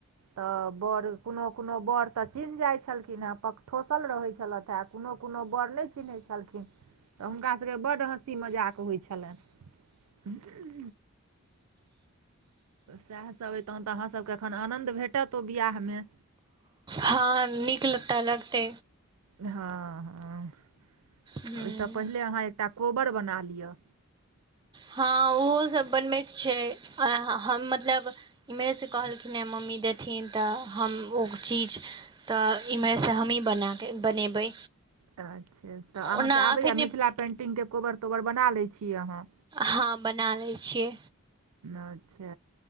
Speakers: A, on the right (about 85°); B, on the right (about 20°).
A: तऽ बड़ कोनो कोनो बड़ तऽ चिन्ह जाइत छलखिन हँ पक ठोसल रहैत छलैथ है कोनो कोनो बड़ नै चिन्हैत छलखिन तऽ हुनका सभ केँ बड्ड हँसी मजाक होइ छलैन <unintelligible> सेह सभ अय तहन तऽ अहाँ सभ केँ एखन आनन्द भेटत ओ विआह में
B: हँ नीक लता लगते
A: हँ हँ
B: हूँ
A: <inaudible> ओइ सँ पहिनेे अहाँ एकटा कोबर बना लिअ
B: हँ ओहो सब बनबै केँ छै ह हम मतलब इम्हरेसँ कहलखिन हे मम्मी देथिन तऽ हम ओ चीज तऽ इम्हरसँ हमही बना कऽ बनेबै
A: अच्छा तऽ अहाँ
B: ओना
A: केँ आबैए
B: एखने
A: मिथिला पेन्टिंग केँ कोबर तोबर बना लै छी अहाँ
B: हँ बना लै छियै
A: अच्छ